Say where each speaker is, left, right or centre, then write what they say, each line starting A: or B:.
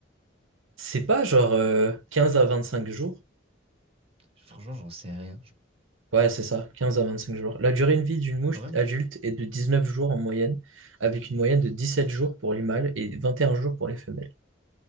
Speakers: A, on the right (about 85°); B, on the right (about 30°).
A: C'est pas genre euh, 15 à 25 jours.
B: Franchement, j'en sais rien. Je-
A: Ouais, c'est ça, 15 à 25 jours. La durée de vie d'une mouche
B: Quand même.
A: adulte est de 19 jours en moyenne, avec une moyenne de 17 jours pour les mâles et 21 jours pour les femelles.